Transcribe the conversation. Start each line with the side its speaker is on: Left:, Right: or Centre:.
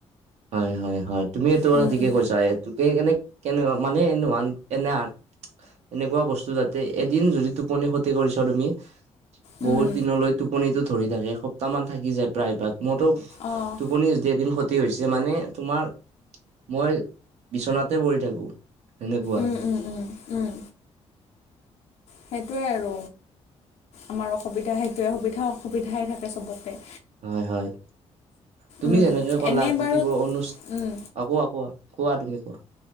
Right: হয় হয় হয় তুমি এটো কথা
Left: উম
Right: ঠিকে কৈছা হে তোক কেনে কেনেকুৱা? মানে এনে এনেহা এনেকুৱা বস্তু যাতে এদিন যদি টোপনি খতি কৰিছা তুমি।
Left: উম
Right: বহুত দিনলৈ টোপনিটো ধৰি থাকে এসপ্তাহ মান থাকি যায় প্ৰায়ভাগ মোৰতো।
Left: অঁ।
Right: টোপনি যদি এদিন ক্ষতি হৈছে, মানে তোমাৰ মই বিচনাতে পৰি থাকো। সেনেকুৱা।
Left: উম উম উম উম সেইটোৱে আৰু আমাৰ অসুবিধা সেইটোৱে সুবিধা অসুবিধাই থাকে চবতে
Right: হয় হয় তুমি
Left: উম
Right: যেনেকে কলা
Left: এনেই বাৰু
Right: কিব অনুচ
Left: উম
Right: অ‌‌ কোৱা কোৱা কোৱা তুমি কোৱা।